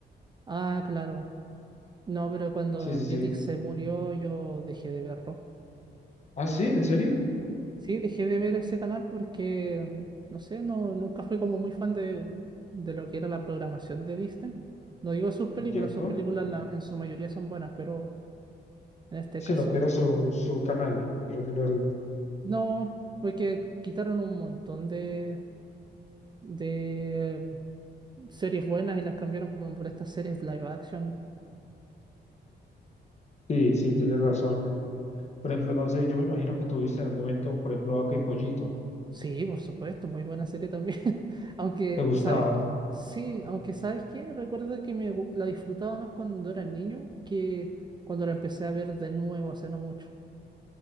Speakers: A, on the right; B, on the left.
A: Ah, claro. No, pero cuando
B: Sí, sí,
A: Jetix
B: sí.
A: se murió yo dejé de verlo.
B: Ah, sí, ¿en serio?
A: Sí, dejé de ver ese canal porque, mm, no sé, no, nunca fui como muy fan de, de lo que era la programación de Disney. No digo sus películas,
B: Entiendo.
A: sus películas la- en su mayoría son buenas, pero en este
B: Sí,
A: caso
B: lo que
A: no.
B: era su, su canal, por decirlo así.
A: No, porque quitaron un montón de, de mm, series buenas y las cambiaron como por estas series live action.
B: Sí, sí, tienes razón. Por ejemplo, no sé, yo me imagino que tuviste en algún momento, por ejemplo, Vaca y Pollito.
A: Sí, por supuesto, muy buena serie también. <laughs> Aunque,
B: ¿Te gustaba?
A: ¿sabes qué? Sí, aunque, ¿sabes qué? Recuerdo que me gu- la disfrutaba más cuando era niño que cuando la empecé a ver de nuevo hace no mucho.